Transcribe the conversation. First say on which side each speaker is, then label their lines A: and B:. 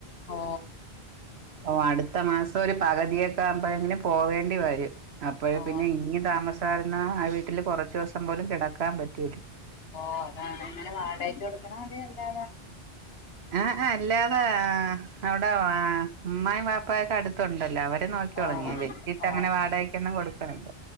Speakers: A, on the left; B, on the right.
A: ഓ
B: ഓ അടുത്ത മാസം ഒരു പകുതിയൊക്കെ ആവുമ്പോഴങ്ങനെ പോകേണ്ടി വരും അപ്പോഴ്
A: ഓ
B: പിന്നെ ഇനിയും താമസയിരുന്ന ആ വീട്ടില് കുറച്ചുവസം പോലും കിടക്കാൻ പറ്റൂല
A: ഓ അതാണ് ങ്ങനെ വാടകക്ക് എടുക്കണോ അതേ എന്താണ്
B: ഏ എ അല്ലാതെ അവ്ടെ ഉമ്മായും വാപ്പായൊക്കെ അടുത്ത് ഉണ്ടല്ലോ അവര് നോക്കിക്കോളുനി
A: ഓ
B: വെച്ചിട്ടങ്ങനെ
A: ഓ
B: വാടയ്ക്കൊന്നും കൊടുക്കണില്ല